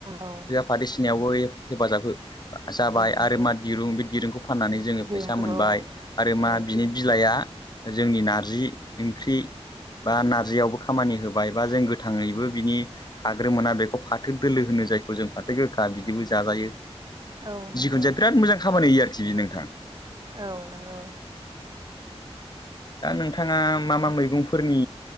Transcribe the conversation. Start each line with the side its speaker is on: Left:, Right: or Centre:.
Right: औ
Left: फाथोसिनायावबो हेफाजाब हो जाबाय
Right: औ नंगौ
Left: आरो मा दिरुं बे दिरुंखौ फाननानै जोङो
Right: दिरुंखौबो
Left: फैसा मोनबाय।
Right: औ
Left: आरो
Right: औ
Left: मा बिनि बिलाइआ जोंनि नारजि ओंख्रि बा नारजियावबो खामानि होबाय बा जों गोथाङैबो बिनि खाग्रोमोना बेखौ फाथो दोलो होनो जायखौ जों फाथो गोखा बिदिबो जाजायो।
Right: औ नंगौ
Left: जिखुनु जाया बिराद मोजां खामानि होयो आरोखि बे नोंथां।
Right: औ नोंगौ।
Left: दा नोंथाङा मा मा मैगंफोरनि